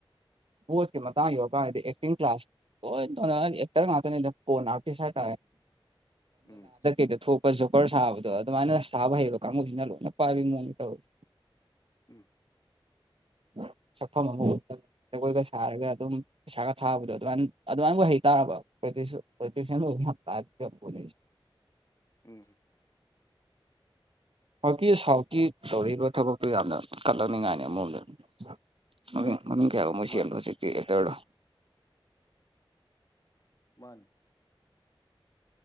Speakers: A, on the right; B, on the left.
A: ꯄꯀꯤꯦ ꯃꯇꯥꯡ ꯌ ꯀꯗꯤ ꯑꯦꯛꯇꯤꯡ ꯀ꯭ꯂꯥꯁ ꯑꯣꯇꯔ ꯃꯥꯅꯦ ꯐꯣꯟꯅ ꯑꯥꯎꯇꯤ ꯁꯥꯏꯠ
B: ꯎꯝ
A: ꯗ ꯊꯣꯛꯄ ꯖꯣꯀꯔ ꯁꯥꯕꯗꯣ ꯑꯗꯨꯃꯥꯏꯅ ꯁꯥꯕ ꯍꯩꯔꯣ ꯀꯥꯡꯕꯨꯁꯤꯅ ꯂꯣꯏꯅ ꯄꯥꯏꯕ ꯃꯑꯣꯡꯗ ꯇꯧꯔꯁꯦ
B: ꯎꯝ
A: ꯎ ꯁꯛꯐꯝ ꯑꯃ ꯎ ꯖꯒꯣꯏꯒ ꯁꯥꯔꯒ ꯑꯗꯨꯝ ꯄꯩꯁꯥꯒ ꯊꯥꯕꯗꯣ ꯑꯗꯨꯃꯥꯏ ꯑꯗꯨꯃꯥꯏꯅ ꯑꯣꯏꯍꯩ ꯇꯥꯔꯕ ꯄꯁꯄ
B: ꯎꯝ
A: ꯍꯧꯀꯤ ꯁꯥꯎꯠꯀꯤ ꯇꯧꯔꯤꯕ ꯊꯕꯛꯇꯨ ꯌꯥꯝꯅ ꯀꯠꯂꯛꯅꯤꯡꯉꯥꯏꯅꯤ ꯑꯃꯃꯝ ꯂꯩꯕ ꯑꯗꯨ ꯃꯅꯨꯡ ꯀꯌꯥꯒꯨꯝ ꯑꯃ
B: ꯃꯥꯅꯤ
A: ꯁꯦꯝꯗꯣ ꯍꯧꯖꯤꯛꯇꯤ ꯍꯇꯔꯔꯣ
B: ꯃꯥꯅꯤ